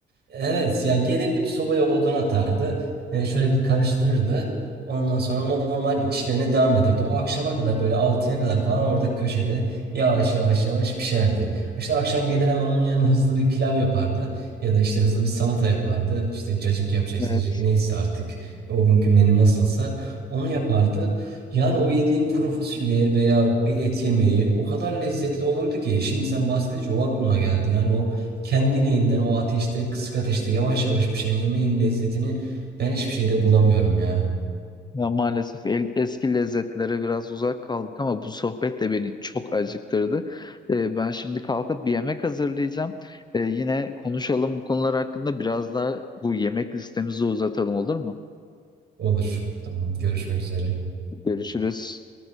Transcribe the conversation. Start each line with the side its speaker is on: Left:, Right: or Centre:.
Right: Evet yani gelirdi bir sobaya odun atardı. E, şöyle bir karıştırırdı. Ondan sonra normal işlerine devam ederdi. O akşama kadar böyle altıya kadar falan orada köşede yavaş yavaş yavaş pişerdi. İşte akşam gelir hemen onun yanına hızlı bir pilav yapardı. Ya da işte hızlı bir salata yapardı. İşte cacık yapacaksa
Left: Evet.
Right: cacık neyse artık o günkü menü nasılsa onu yapardı. Yani o yediğim kuru fasulye veya bir et yemeği o kadar lezzetli olurdu ki şimdi sen bahsedince o aklıma geldi. Yani o kendiliğinden o ateşte kısık ateşte yavaş yavaş pişen yemeğin lezzetini ben hiçbir şeyde bulamıyorum ya.
Left: Ya maalesef el- eski lezzetlere biraz uzak kaldık ama bu sohbet de beni çok acıktırdı. Ee, ben şimdi kalkıp bir yemek hazırlayacağım. Ee, yine konuşalım bu konular hakkında biraz daha bu yemek listemizi uzatalım olur mu?
Right: Olur. Tamam. Görüşmek üzere.
Left: Görüşürüz.